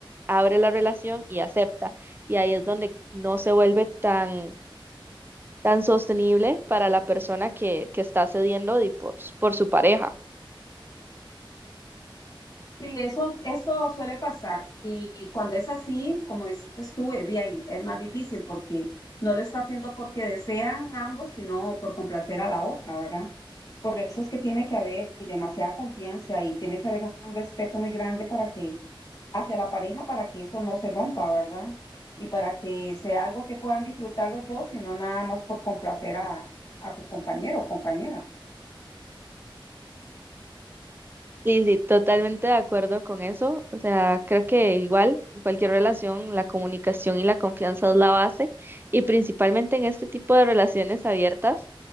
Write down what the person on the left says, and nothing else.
Sí, eso, eso suele pasar. Y cuando es así, como dices tú, eh, ahí es más difícil porque no lo está haciendo porque desean ambos, sino por complacer a la otra, ¿verdad? Por eso es que tiene que haber y demasiada confianza y tiene que haber un, un respeto muy grande para que hacia la pareja para que eso no se rompa, ¿verdad? Y para que sea algo que puedan disfrutar los dos y no nada más por complacer a, a su compañero o compañera.